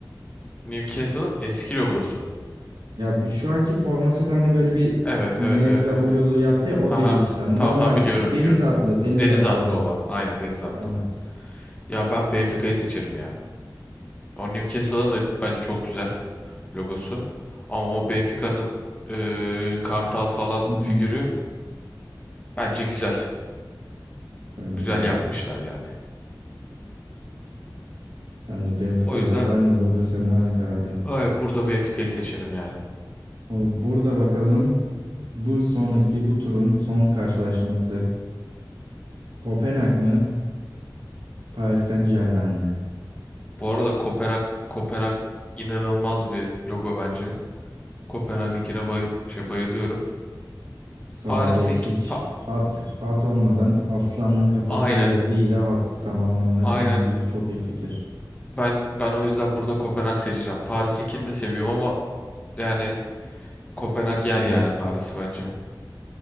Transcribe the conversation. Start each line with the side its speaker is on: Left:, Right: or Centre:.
Left: Newcastle'ın eski logosu.
Right: Ya bir şu anki formasında hani böyle bir
Left: Evet,
Right: N
Left: evet, evet,
Right: NW'lu
Left: evet.
Right: yaptı ya o
Left: Aha.
Right: değil işte. Hani
Left: Tamam
Right: normal
Left: tamam biliyorum
Right: bu deniz
Left: biliyorum.
Right: atlı, deniz
Left: Deniz
Right: atlı
Left: atlı
Right: olan.
Left: olan. Aynen deniz atlı
Right: Aynen.
Left: olan. Ya ben Benfica'yı seçerim ya. O Newcastle'ın da bence çok güzel logosu. Ama o Benfica'nın eee, kartal falan
Right: Hı hı.
Left: figürü bence güzel.
Right: Bence
Left: Güzel
Right: de güzel.
Left: yapmışlar yani.
Right: Ben de Benfica'da.
Left: O yüzden
Right: Ben de burada seninle aynı karardayım.
Left: ay, burada Benfica'yı seçerim yani.
Right: O- Burada bakalım. Bu sonraki bu turun son karşılaşması Kopenhag mı? Paris Saint-Germain mi?
Left: Bu arada Kopenhag Kopenhag inanılmaz bir logo bence. Kopenhag'ınkine bay şey bayılıyorum.
Right: Sade
Left: Paris'ink
Right: hiç
Left: pa-
Right: hat hat olmadan aslanın kafası
Left: aynen
Right: ve yazıyla hattı tamamlama
Left: aynen
Right: bence güzel çok iyi fikir.
Left: ben ben o yüzden burada Kopenhag seçeceğim. Paris'inkini de seviyorum ama yani Kopenhag yer
Right: Hı
Left: yani
Right: hı.
Left: Paris'i bence.